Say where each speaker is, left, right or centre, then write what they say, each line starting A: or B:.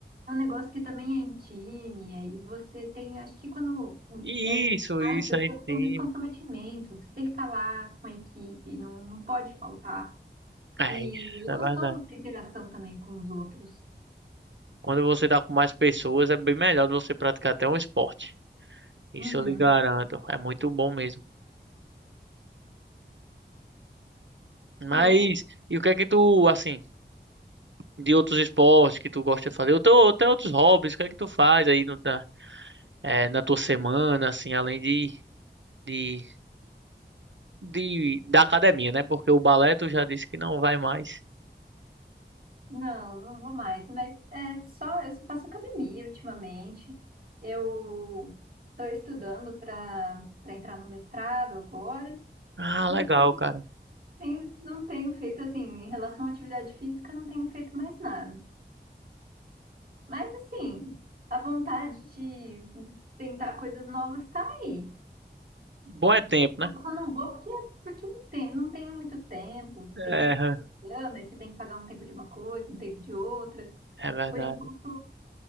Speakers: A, on the right; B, on the right.
A: É um negócio que também é em time. Aí você tem, acho que quando
B: Isso,
A: é mais
B: isso
A: pessoas,
B: aí
A: tem
B: sim.
A: mais comprometimento. Você tem que estar lá com a equipe, não, não pode faltar.
B: É
A: E
B: isso,
A: é gostoso
B: é verdade.
A: essa interação também com os outros.
B: Quando você tá com mais pessoas, é bem melhor de você praticar até um esporte. Isso
A: Uhum.
B: eu lhe garanto. É muito bom mesmo. Mas,
A: Bom,
B: e o que é que tu, assim, de outros esportes que tu gosta de fazer? Ou tem ou tem outros hobbies, o que é que tu faz aí no- na, é, na tua semana, assim, além de, de, de, da academia, né? Porque o balé tu já disse que não vai mais.
A: não, não vou mais, mas é só, eu só faço academia ultimamente. Eu estou estudando para para entrar no mestrado agora,
B: Ah,
A: então
B: legal, cara.
A: tenho- não tenho feito assim, em relação à atividade física, não tenho feito mais nada. Mas assim, a vontade de tentar coisas novas está aí.
B: Bom é tempo,
A: Eu
B: né?
A: só não vou porque, porque não tem, não tenho muito tempo. Você tem
B: É,
A: que ficar trabalhando, aí você tem que pagar um tempo de uma coisa, um tempo de outra.
B: é verdade.
A: Por enquanto,